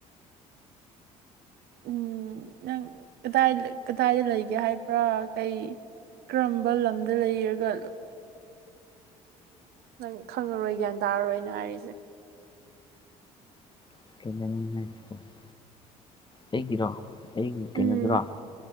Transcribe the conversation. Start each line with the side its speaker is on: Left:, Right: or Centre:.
Right: ꯎꯝ ꯅꯪ ꯀꯗꯥꯏ ꯀꯗꯥꯏꯗ ꯂꯩꯒꯦ ꯍꯥꯏꯕ꯭ꯔꯥ ꯀꯩ ꯀꯔꯝꯕ ꯂꯝꯗ ꯂꯩꯔꯤꯒ ꯅꯪ ꯈꯪꯉꯔꯣꯏ ꯒ꯭ꯌꯥꯟ ꯇꯥꯔꯔꯣꯏꯅ ꯍꯥꯏꯔꯤꯁꯦ
Left: <unintelligible> <inaudible> ꯑꯩꯒꯤꯔꯣ ꯑꯩꯒꯤ
Right: ꯎꯝ
Left: ꯀꯩꯅꯣꯗꯔꯣ